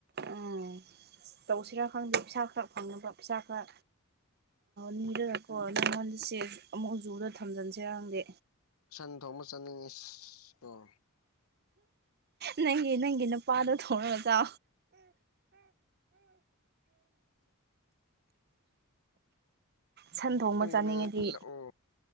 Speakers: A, on the right; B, on the left.
A: ꯎꯝ ꯇꯧꯁꯤꯔꯥ ꯈꯪꯗꯦ ꯄꯩꯁꯥ ꯈꯔ ꯐꯪꯅꯕ ꯄꯩꯁꯥ ꯈꯔ ꯅꯤꯔꯒꯀꯣ ꯅꯉꯜꯁꯦ ꯑꯃꯨꯛ ꯖꯨꯗ ꯊꯝꯖꯤꯟꯁꯦ ꯍꯪꯗꯦ
B: ꯁꯟ ꯊꯣꯡꯕ ꯆꯠꯅꯤꯡꯉ ꯑꯣ
A: ꯅꯪꯒꯤꯦ ꯅꯪꯒꯤꯦ ꯅ ꯄꯥꯗ ꯊꯅ ꯃꯖꯥ ꯁꯟ ꯊꯣꯡꯕ
B: ꯑꯁꯦꯡꯕꯅꯦ
A: ꯆꯥꯅꯤꯡꯉꯗꯤ
B: ꯂꯥꯛꯑꯣ